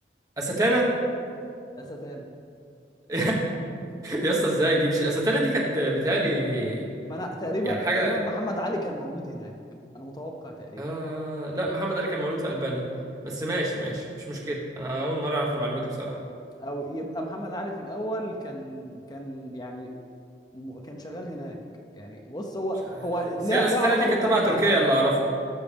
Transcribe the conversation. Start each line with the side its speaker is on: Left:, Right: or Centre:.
Right: أستانا
Left: أستانة
Right: <laughs> يا اسطى ازاي دي مش الأستانا دي كانت بتهيألي
Left: ما انا تقريبا
Right: يعني حاجة
Left: تقريبا محمد علي كان مولود هناك انا متوقع تقريبا
Right: آه لا محمد علي كان مولود في ألبانيا بس ماشي ماشي مش مشكلة أنا أول مرة أعرف المعلومة دي بصراحة
Left: او يبقى محمد علي في الاول كان كان يعني م- كان شغال هناك يعني بص هو
Right: مش عارف
Left: هو ليه
Right: بس هي الأستانا
Left: ليه علاقة
Right: دي
Left: بمحمد
Right: كانت تبع تركيا
Left: علي
Right: اللي أعرفه